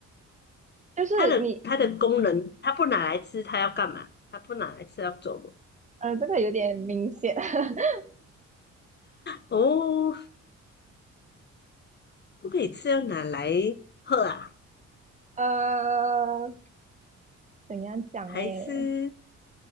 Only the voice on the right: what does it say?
就是你
呃，这个有点明显，<laughs>
呃，怎样讲嘞？